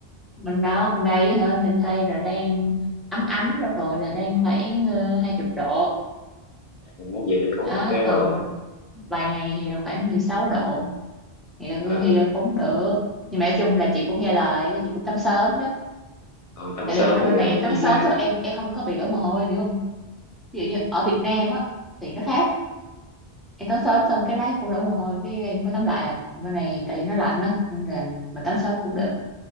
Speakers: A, in the centre; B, on the left.
A: bên đó bên đây hả bên đây là đang ấm ấm rồi là đang khoảng ờ, hai chục độ
B: Ừ, vậy thì cũng
A: đó
B: ok
A: còn
B: rồi
A: vài ngày thì là khoảng mười sáu độ thì là
B: Ờ,
A: thì là cũng được nhưng mà nói chung là chị cũng nghe lời đó, chị cũng tắm sớm đó
B: thôi tắm
A: tại
B: sớm
A: vì thật ra
B: thì
A: bên
B: làm
A: này em tắm
B: gì
A: sớm
B: làm
A: xong em em không có bị đổ mồ hôi nữa không ví dụ như ở Việt Nam á thì nó khác em tắm sớm xong cái lá cũng đổ mồ hôi cái em cũng phải tắm lại à còn bên này thì tại vì nó lạnh á nên là mà tắm sớm cũng được